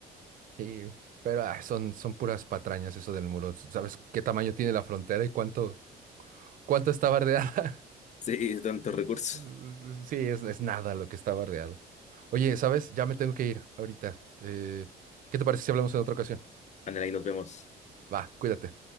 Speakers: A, on the right; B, on the left.
A: Sí, pero ah, son, son puras patrañas eso del muro. ¿Sabes qué tamaño tiene la frontera y cuánto, cuánto está bardeada? <laughs>
B: Sí, tantos recursos.
A: Mm, Sí, es, es nada lo que está bardeado. Oye, ¿sabes? Ya me tengo que ir ahorita. Eh, ¿qué te parece si hablamos en otra ocasión?
B: Ándale, ahí nos vemos.
A: Va, cuídate.